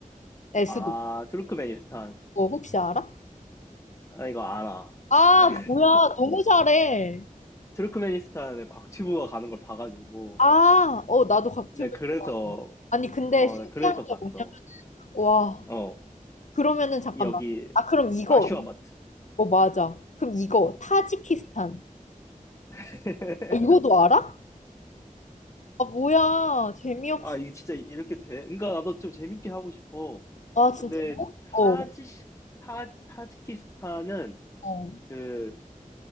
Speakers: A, on the left (about 60°); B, on the left (about 20°).
A: 수도.
B: 아, 투르크메니스탄.
A: 어, 혹시 알아?
B: 나 이거 알아.
A: 아,
B: <laughs> 네.
A: 뭐야. 너무 잘해.
B: 투르크메니스탄에 곽튜브가 가는 걸 봐가지고.
A: 아, 어, 나도 같으면.
B: 네, 그래서,
A: 좋아. 아니, 근데
B: 어,
A: 신기한
B: 네, 그래서
A: 게
B: 봤어.
A: 뭐냐면, 와,
B: 어,
A: 그러면은 잠깐만.
B: 여기
A: 아, 그럼 이거,
B: 아슈아바트.
A: 어, 맞아. 그럼 이거, 타지키스탄.
B: <laughs>
A: 아, 이거도 알아? 아, 뭐야. 재미없어.
B: 아, 이게 진짜 이렇게 돼? 그러니까 나도 좀 재밌게 하고 싶어.
A: 아, 진짜.
B: 근데 타지
A: 어,
B: 타 타지키스탄은
A: 어,
B: 그